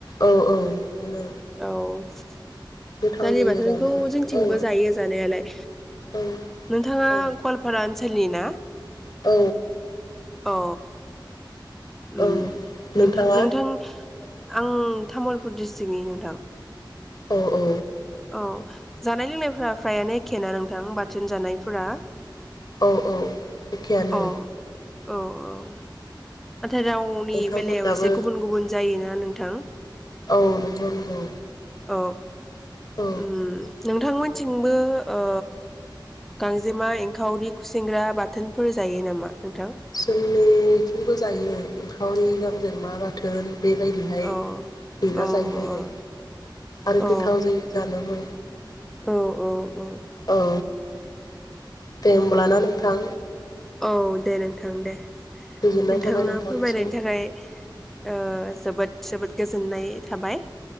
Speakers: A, on the left; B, in the centre.
A: औ औ मोनो
B: औ <inaudible>
A: गोथाव
B: दालि
A: जायो
B: बाथोनखौ
A: जानो
B: जोंथिंबो
A: औ
B: जायो जानायालाय
A: औ
B: नोंथाङा
A: औ
B: गवालपारा ओनसोल सोलियोना?
A: औ
B: औ ओम
A: औ नोंथाङा
B: नोंथां नोंथां आं तामुलपुर डिस्ट्रिक्टनि नोंथां
A: औ औ
B: औ जानाय लोंनायफोरा फ्रायानो एखे ना नोंथां बाथोन जानायफोरा अ
A: औ औ एखेयानो
B: औ औ नाथाय रावनि
A: नोंथांमोनाबो
B: बेलायाव एसे गुबुन गुबुन जायोना नों थां
A: औ नंगौ नंगौ
B: औ
A: औ
B: अम नों थांमोनथिंबो ओ गांजेमा, एंखावरि, खुसेंग्रा बाथोनफोर जायो नामा नोंथां
A: जोंनिथिंबो जायो <unintelligible> खावरि, गांजेमा बाथोन बेबायदिहाय
B: अ
A: देना
B: अ
A: जायो आरो
B: अ
A: आरो
B: औ
A: गोथाव जायो जानोबो
B: औ औ औ
A: औ दे
B: उम
A: होमब्लाना नोंथां
B: औ दे नोंथां दे
A: गोजोननाय
B: नोंथां
A: थाबाय नोंथांनिसिम
B: फोरमायनायनि थाखाय ओ जोबोद जोबोद गोजोननाय थाबाय